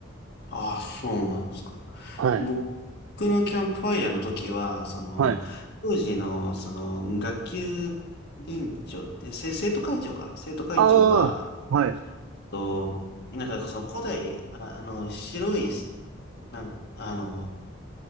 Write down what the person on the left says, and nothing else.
ああ、そうなんですか。
僕のキャンプファイヤーの時は、その、
当時の、その、学級委員長って、せ生徒会長か。生徒会長が、
え
っと、なんかその古代、あ、あの、白いす、なん、あの、